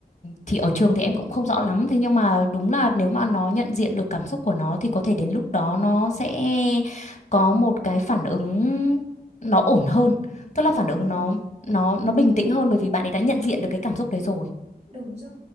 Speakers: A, on the left; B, on the right.
A: thì ở trường thì em cũng không rõ lắm thế nhưng mà đúng là nếu mà nó nhận diện được cảm xúc của nó thì có thể đến lúc đó nó sẽ có một cái phản ứng nó ổn hơn tức là
B: đúng
A: phản ứng
B: rồi
A: nó nó nó bình tĩnh hơn bởi vì bạn ấy đã nhận diện được cái cảm xúc đấy rồi
B: Đúng rồi.